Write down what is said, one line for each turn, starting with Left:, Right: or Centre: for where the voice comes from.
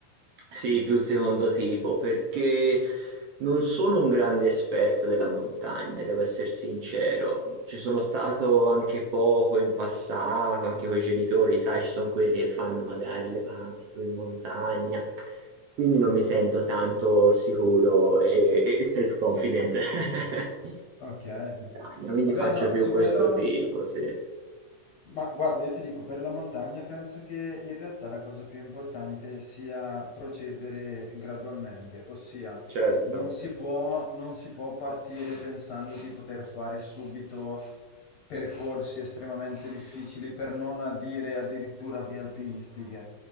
Right: Sì, più il secondo tipo, perché non sono un grande esperto della montagna, devo essere sincero. Ci sono stato anche poco in passato, anche con i genitori, sai, ci sono quelli che fanno magari le vacanze più in montagna, quindi non mi sento tanto sicuro e, e self-confident <laughs>
Left: Ok,
Right: in montagna, quindi
Left: vabbè
Right: faccio
Left: no,
Right: più
Left: su
Right: questo
Left: quello
Right: tipo, sì.
Left: Ma guarda, io ti dico, per la montagna penso che in realtà la cosa più importante sia procedere gradualmente, ossia
Right: Certo,
Left: non si può, non si può partire pensando di poter fare subito percorsi estremamente difficili, per non a dire addirittura vie alpinistiche,